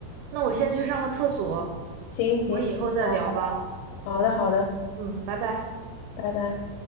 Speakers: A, on the right; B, on the left.
A: 那我先去上个厕所，
B: 行行，
A: 我们以后再聊吧。
B: 好好的好的，
A: 嗯，拜拜。
B: 拜拜。